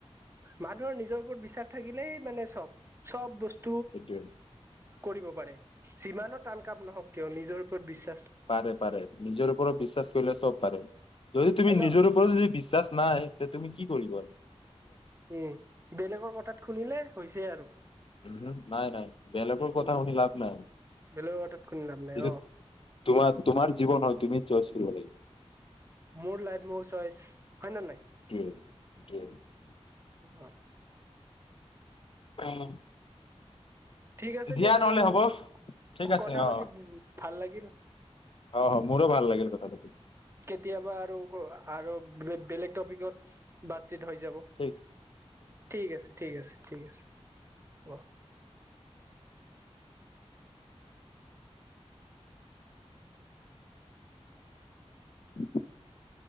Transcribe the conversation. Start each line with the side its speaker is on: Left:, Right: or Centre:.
Right: মানুহৰ নিজৰ ওপৰত বিশ্বাস থাকিলেই মানে চব চব বস্তু।
Left: সটো।
Right: কৰিব পাৰে। যিমানৰ টান কাপ নহওক কিয় নিজৰ। বিশ্ব
Left: পাৰে পাৰে নিজৰ ওপৰত বিশ্বাস কৰিলে চব পাৰে যদি তুমি
Right: হয় ন
Left: নিজৰ ওপৰত যদি বিশ্বাস। নাই এতিয়া তুমি কি কৰিবি।
Right: উম বেলেগৰ কথাত শুনিলে। ছে আৰু।
Left: উ নাই নাই বেলেগৰ কথা
Right: উম
Left: শুনি লাভ নাই কিন্তু
Right: বেলেগৰ কথাত শুনি লাভ নাই অ
Left: তোমাৰ তোমাৰ জীৱন হয়। তুমি চইচ কৰিব লাগিব।
Right: মোৰ লাইফ মোৰ চইচ।
Left: <unintelligible>
Right: হয় নে নাই অঁ
Left: উম
Right: ঠিক আছে
Left: দিয়া নহলে
Right: তোমাৰ লগত
Left: হ'ব ঠিক আছে
Right: কথা
Left: অ
Right: পাতি ভাল লাগিল
Left: অ মোৰো ভাল লাগিল তাবটো
Right: কেতিয়াবা আৰু আৰু বেলেগ টপিকত হৈ যাব
Left: ঠিক
Right: ঠিক আছে ঠিক আছে ঠিক আছে ৱ
Left: <inaudible>